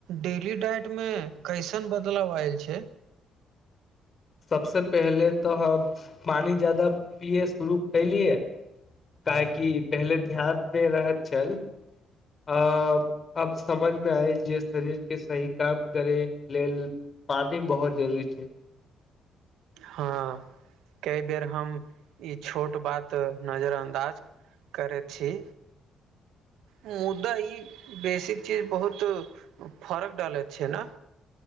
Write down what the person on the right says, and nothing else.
डेली डाइट मे कैसन बदलाव आयल छै
हँ कई बेर हम ई छोट बात नजरअन्दाज करै छी मुदा ई बेसिक चीज बहुत फर्क डालैत छै न